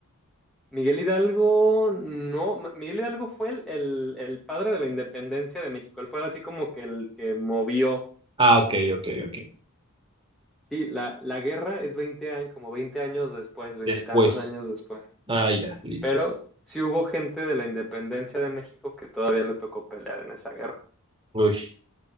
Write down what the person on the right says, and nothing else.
Ah, ok, ok, ok.
Después.
Ah, ya, listo.
Uy,